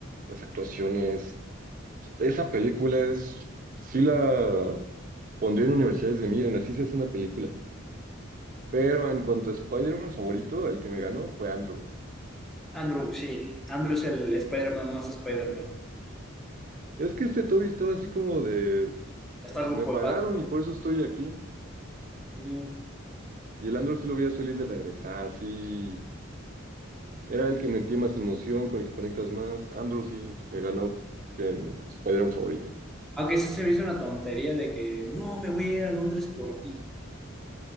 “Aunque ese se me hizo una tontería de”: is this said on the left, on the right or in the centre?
Centre